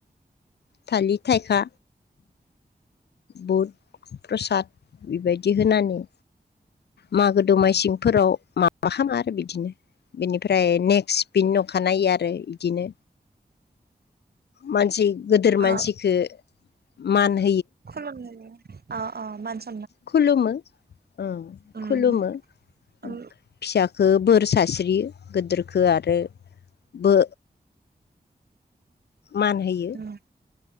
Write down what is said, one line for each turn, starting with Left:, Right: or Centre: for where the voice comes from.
Left: थालि थायखा। बुद प्रसाद बेबायदि होनानै मागो दमासिंफोराव माबा खामा आरो बिदिनो बेनिफ्राय नेक्स्ट बिनि उनाव खानायो आरो इदिनो मानसि गोदोर
Right: अ
Left: मानसिखो मान हो
Right: खुलुमनानै अ अ मानसि
Left: खुलुमो ओं
Right: उम
Left: खुलुमो।
Right: ओम
Left: फिसाखो बोर सास्रियो गोदोरखो आरो बो मान होयो।
Right: ओम